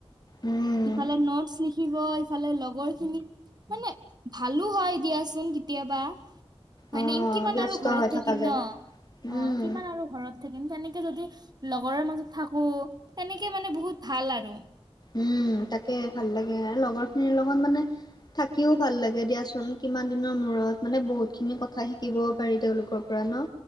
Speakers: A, on the left; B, on the right.
A: উম,
B: ইফালে নট থাকিব ইফালে লগৰ খিনি। মানে ভালো হয় দিয়াচোন কেতিয়াবা। হয়
A: অ'
B: নে কিমান
A: ব্যস্ত
B: আৰু ঘৰত
A: হৈ
B: থাকিম
A: থকা যায়।
B: ন
A: উম,
B: অ কিমান আৰু ঘৰত থাকিম তেনেকে যদি লগৰ মাজত থাকো তেনেকে মানে বহুত ভাল আৰু
A: উম তাকে ভাল লাগে লগৰ খিনিৰ লগত মানে। থাকিও ভাল লাগে দিয়াচোন কিমান দিনৰ মূৰত মানে বহুতখিনি কথা শিকিবও পাৰি তেওঁলোকৰ। পৰা ন